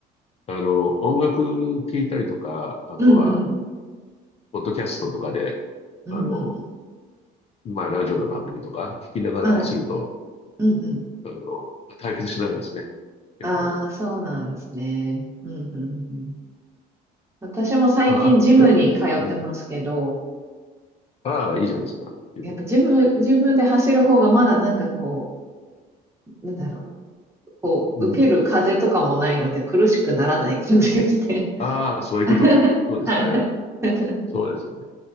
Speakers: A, on the left (about 35°); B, on the right (about 15°).
A: あの、音楽聴いたりとか、あとは、
B: うんうん。
A: ポッドキャストとかで、
B: うんうん。
A: あの、まあ、ラジオの番組とか聞きながら走ると、
B: はい。うんうん。
A: あの、退屈しないですね。やっぱりね。
B: ああ、そうなんですね。うんうんうん。私も最近ジムに通ってますけど、
A: まあ、あとは、うん。ああ、いいじゃないですか。っていう。
B: やっぱジム、自分で走る方がまだなんかこう、なんだろう、こう、
A: うん。
B: 受ける風とかもないので苦しくならない感じがして。
A: ああ、そういうことね。
B: <laughs>
A: そうですね。
B: はいはい。<laughs>
A: そうですね。